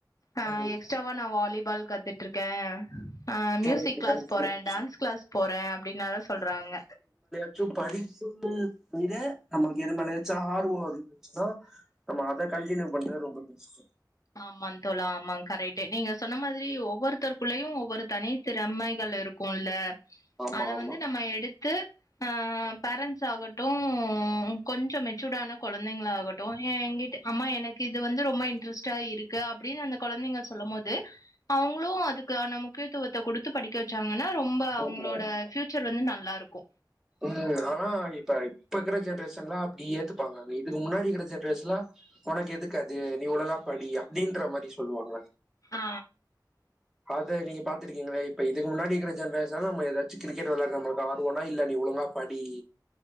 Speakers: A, on the left (about 50°); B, in the centre.
A: ஆ
B: ம்
A: எக்ஸ்ட்டாவா நா வாலிபால் கத்துட் ட்ருக்கே அ மியூசிக்
B: கரெக்ட்டு
A: க்ளாஸ்
B: கரெக்ட்டு
A: போற டான்ஸ் க்ளாஸ் போற அப்டின்னலா சொல்றாங்க
B: ச்சு படிப்புக் விட நம்மள்க்கு எதுமேலயாச்சோ ஆர்வ இருந்துச்சுனா நம்ம அத கண்டினியூ பண்ற ரொம்ப பெஸ்ட்டு
A: ஆமா தோழா ஆமா கரெட்டு நீங்க சொன்ன மாதிரி ஒவ்வொருத்தர் குள்ளயு ஒவ்வொரு தனி திறமைகள் இருக்குல்ல
B: ஆமா
A: அத
B: ஆமா
A: வந்து நம்ம எடுத்து அ பேரண்ஸ் ஆகட்டு கொஞ்சோ மெச்சூடான கொழந்தைங்ளா ஆகட்டு ஏங்கிட் அம்மா எனக்கு இது வந்து ரொம்ப இன்ரெஸ் டா இருக்கு அப்டின் அந்த கொழந்தைங்க சொல்லுமோது அவுங்ளு அதுக்கான முக்கியத்துவத்த குடுத் து படிக்க வச்சாங்கனா ரொம்ப அவுங்ளோட
B: ஆமா
A: ஃபியூச்சர் வந்து நல்லாருக்கு
B: ம் ஆனா இப்ப இப்ப இக்கற ஜென்ரேஷன்லா அப்டி ஏத்துப்பாங்க இதுக்கு முன்னாடி இக்கற ஜென்ரேஷ்லா உனக்கெதுக் அது நீ இ்வ்ளோதா படி அப்டின்ற மாரி சொல்லுவாங்க
A: ஆ
B: அத நீங்க பாத்ருக்கீங்ளா இப்ப இதுக்கு முன்னாடிக்கற ஜென்ரேஷன்ல நம்ம எதாச்சி கிரிக்கெட் வெளாட்ற நம்மள்க்கு ஆர்வோனா இல்ல நீ ஒழுங்கா படி